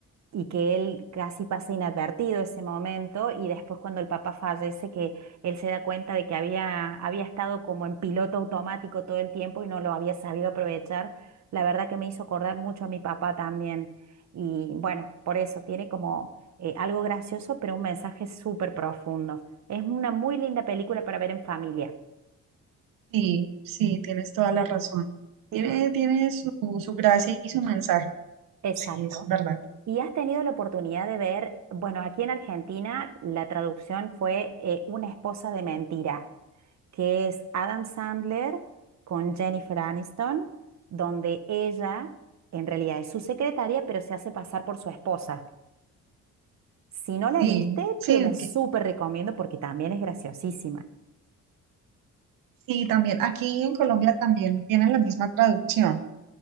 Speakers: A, on the right; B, on the right.
A: y que él casi pasa inadvertido ese momento y después cuando el papá fallece que él se da cuenta de que había, había estado como en piloto automático todo el tiempo y no lo había sabido aprovechar, la verdad que me hizo acordar mucho a mi papá también y bueno, por eso tiene como eh, algo gracioso, pero un mensaje súper profundo. Es una muy linda película para ver en familia.
B: Sí, sí, tienes toda la razón.
A: Sí,
B: Tiene, tiene su, su gracia y su mensaje.
A: exacto.
B: Sí, es verdad.
A: ¿Y has tenido la oportunidad de ver, bueno, aquí en Argentina la traducción fue eh, Una esposa de mentira, que es Adam Sandler con Jennifer Aniston, donde ella en realidad es su secretaria, pero se hace pasar por su esposa. Si no la
B: Sí,
A: viste,
B: sí,
A: te la súper
B: que-
A: recomiendo porque también es graciosísima.
B: sí, también. Aquí en Colombia también tienen la misma traducción.